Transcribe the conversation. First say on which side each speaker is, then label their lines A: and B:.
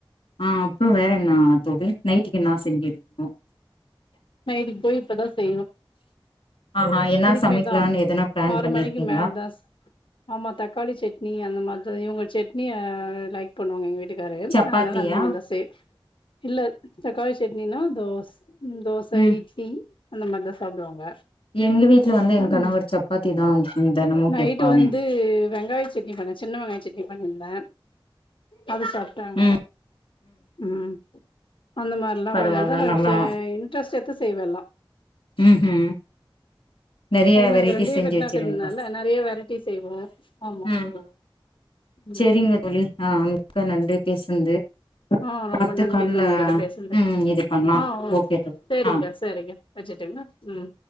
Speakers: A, on the left; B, on the left.
A: ஆ அப்றோ வேற என்னா தோழி நைட்டுக்கு என்னா செஞ்சிருக்கோ
B: நைட்டுக்கு போய் இப்பதா செய்யணு
A: ஆஹா என்னா
B: இதுக்குமே
A: சமைக்கலான்னு
B: தா
A: எதனா பிளான்
B: ஆறு
A: பண்ணிருக்கீங்களா
B: மணிக்கு மேல்தா ஸ் ஆமா தக்காளி சட்னி அந்த மாரிதா இவுங்க செட்னி அ லைக் பண்ணுவாங்க எங்க வீட்டுக்காரு
A: சப்பாத்தியா
B: அதனால அந்த மாரி தா செய் இல்ல சக்காளி சட்னினா தோஸ் தோ ச
A: ம்
B: இட்லி அந்த மாரிதா சாப்டுவாங்க
A: எங்க வீட்ல வந்து என்
B: அன்
A: கணவர் சப்பாத்தி தா தெனமு
B: நைட்டு
A: கேப்பாங்க
B: வந்து வெங்காயோ சட்னி பன்ன சின்ன வெங்காயோ சட்னி பண்ணி இருந்தே அது சா டாங்க
A: ம்
B: ம் அந்த மாரிலா
A: பரவால்ல
B: ஒ எந்த நேரோ
A: நல்லா
B: சே இண்ட்ரஸ்ட் எடு து செய்வே எல்லா
A: ம் ஹூ நெறைய
B: அது
A: வெரைட்டிஸ்
B: நாங்க ரெண்டே
A: செஞ்சு
B: பேர்
A: வச்சிருவீங்ளா
B: தா இருக்கறதுனால நெறைய வெரைட்டி செய்வோ ஆமா
A: ம்
B: ம்
A: செரிங்க தோழி ஆம் மிக்க நன்றி பேசுனது
B: ஆ ரொம்ப
A: அடுத்த
B: நன்றிங்க
A: கால்ல
B: உங்ககிட்ட பேசுனது
A: ம் இது பண்லா
B: ஆ ஓ
A: ஓகே தோழி
B: செரிங்க
A: ஆ
B: சரிங்க வஜ்ஜுட்டுங்ளா ம்